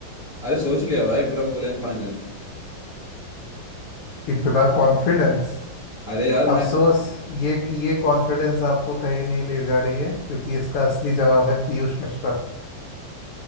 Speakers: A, in the centre; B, on the left.
A: अरे सोच लिया भाई पूरा फुल एंड फाइनल
B: इतना कॉन्फिडेंस
A: अरे यार मैं
B: अफसोस ये ये कॉन्फिडेंस आपको कहीं नहीं ले जा रही है क्योंकि इसका असली जवाब है पीयूष मिश्रा